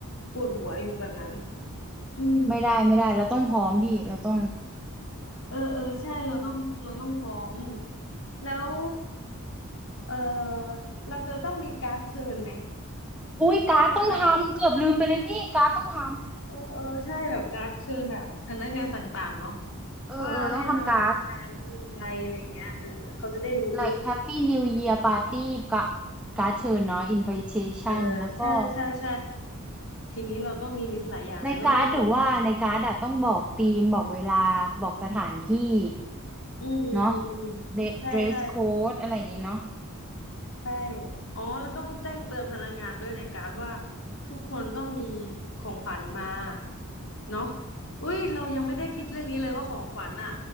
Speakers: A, on the left; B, in the centre.
A: ปวดหัวอยู่แบบนั้นอืม
B: ไม่ได้ไม่ได้เราต้องพร้อมพี่เราต้อง
A: เออเออใช่เราต้องเราต้องพร้อมแล้ว เออเราจะต้องมีการ์ดเชิญไหม
B: อุ้ยการ์ดต้องทำเกือบลืมไปเลยพี่การ์ดต้องท
A: ให้พนักงานเออเออใช่แบบการ์ดเชิญแบบพนักงานต่างๆเนาะ
B: ำเออเออต้องทำการ์ด
A: ว่าให้มาร่วมการคืออะไรอะไรอย่างเงี้ยเออเออเขาจะได้รู้
B: like Happy New Year Party กะการ์ดเชิญเนาะ invitation
A: เออใช่ใช่ใช่
B: แล้วก็
A: ทีนี้เราต้องมีลิสต์หลายอย่างเลยต้องรีบจดไว้
B: ในการ์ดหนูว่าในการ์ดอะต้องบอกธีมบอกเวลาบอกสถานที่
A: อืมอืมอืมอืม
B: เนาะเดเดรสโค้ดอะไรอย่างงี้เนาะ
A: ใช่ใช่ ใช่อ๋อแล้วต้องแจ้งเตือนพนักงานด้วยในการดว่าทุกคนต้องมีของขวัญมาเนาะอุ้ยเรายังไม่ได้คิดเรื่องนี้เลยว่าของขวัญอะ